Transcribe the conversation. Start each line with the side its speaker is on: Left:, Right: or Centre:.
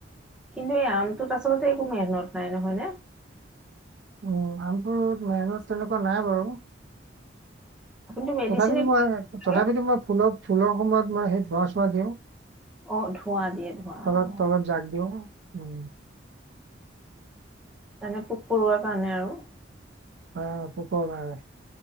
Centre: কিন্তু এই আমটোত আচলতে একো মেহনত নাই নহয় নে?
Right: উম আমবোৰত, মেহনত তেনেকুৱা নাই বাৰু।
Centre: আপুনিতো মেডিচিন
Right: তথাপিতো
Centre: একো
Right: মই
Centre: নালাগে।
Right: তথাপিতো মই ফুলক ফুলৰ সময়ত মই সেই ধোৱা-চোৱা দিওঁ।
Centre: অ' ধোঁৱা দিয়ে ধোঁৱা
Right: তলত
Centre: অ'।
Right: তলত জাক দিও, উম।
Centre: এনে পোক-পৰুৱা কাৰণে আও
Right: অ পোকৰ কাৰণে